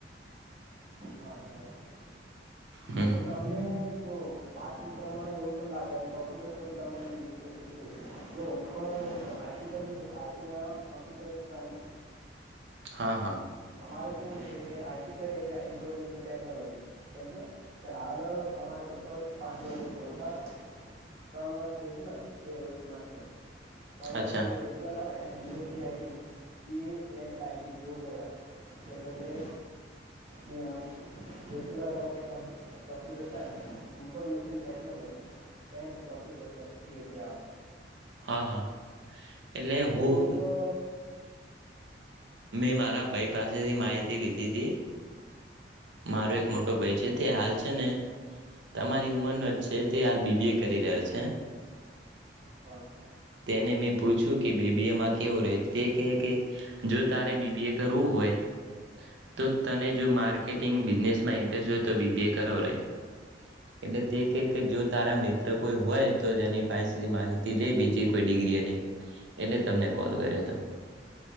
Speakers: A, on the right; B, on the right.
A: હા બરાબર
B: હમ
A: તો તમને જો પાર્ટી પ્રમાણે એવું પણ લાગે અને કમ્પ્યુટર પર તમે બધું ઇન્ટરેસ્ટ છે જો હું પણ આઈટી પર છું આઈટીમાં કમ્પ્યુટર સાયન્સ
B: હા હા
A: <inaudible> આઈટી ખ ઇન્ફોર્મેશન ટેકનોલોજી સમજ એટલે હાલ અમારે ટોટલ પાંચ વણને પહોંચાડ ત્રણ વર્ષ બેજન બે વર્ષ માસ્ટર. તણ વર્ષ
B: અચ્છા
A: જે બેચલર આવે એ એ A C I T, P A and I T એવું કહેવાય, એટલે કે, બે bachelor of computer computer science, information technology and computer science એવી રીતે આવે.
B: હા હા. એટલે
A: અને,
B: હું
A: એ તો <inaudible>
B: મેં મારા ભાઈ પાસેથી માહિતી લી ધી. મારો એક મોટો ભઈ છે, તે હાલ છે ને, તમારી ઉંમરનો જ છે, તે હાલ બી બી એ કરી રહ્યો છે.
A: હા હા.
B: તેને મે પૂયછું કે બી બી એ માં કેવું રહે? તે કહે કે, જો તારે બી બી એ કરવું હોય, તો તને જો માર્કેટિંગ બિજનેસમાં ઈન્ટરેસ્ટ હોય તો બી બી એ કરવુ રેય. એટલે તે કે કે, જો તારા મિત્ર કોઈ હોય, તો તેની પાસેથી માહિતી લે, બીજી કોઈ ડિગ્રી એની, એટલે તમને કોલ કર્યો હતો.